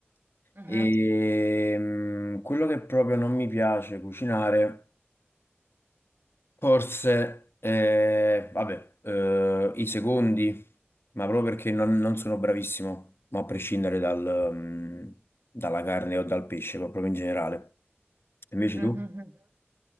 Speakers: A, on the right; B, on the left.
A: mhm.
B: E mm, quello che proprio non mi piace cucinare Forse, eh, vabbè, eh, i secondi, ma proprio perché non, non sono bravissimo, ma a prescindere dal, mm, dalla carne o dal pesce, ma proprio in generale. Invece
A: Mhm,
B: tu?
A: mhm, mhm.